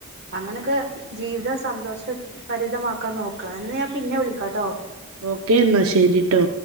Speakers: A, on the right; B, on the right.
A: അങ്ങനെക്കെ ജീവിതം സന്തോഷഭരിതമാക്കാ നോക്കാ എന്ന ഞാൻ പിന്നെ വിളിക്കാട്ടോ
B: ഓക്കേ ന്നാ ശെരിട്ടോ